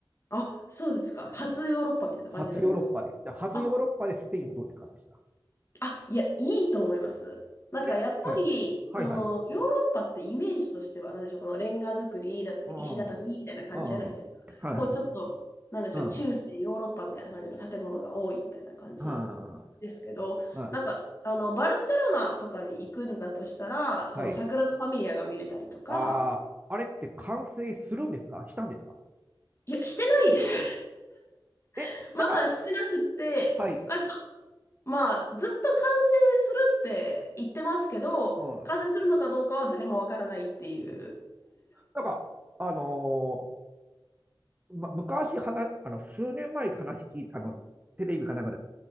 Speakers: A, on the left (about 30°); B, on the right (about 20°).
A: あ、そうですか。初ヨーロッパみたいな感じになります。
B: 初ヨーロッパで。だ初ヨーロッパでスペインはどうですか、
A: あ、
B: そしたら。
A: あ、いや、いいと思います。なんかやっぱり、
B: で、はい。はい、
A: その、
B: はい。
A: ヨーロッパってイメージとしては、なんでしょう、このレンガ造りだったり、
B: うん。
A: 石畳みたいな感じじゃないですか。
B: うん。はいはい。
A: こう、ちょっと、なんでしょう、
B: うん。
A: 中世ヨーロッパみたいな感じの建物が多いみたいな感じ
B: は
A: ですけど、
B: い。はい。
A: なんか、あの、バルセロナとかに行くんだとしたら、その、
B: はい。
A: サグラダ・ファミリアが見れたりとか、
B: ああ、あれって完成するんですかしたんですか
A: いや、してないです。
B: え、
A: <laughs> まだしてなくて、
B: なんか、はい。
A: なんまあ、ずっと完成するって言ってますけど、
B: うん。うん。
A: 完成するのかどうかは誰もわからないっていう。
B: なんか、あのーま、昔話、あの、数年前に話聞いた、あの、テレビかなんか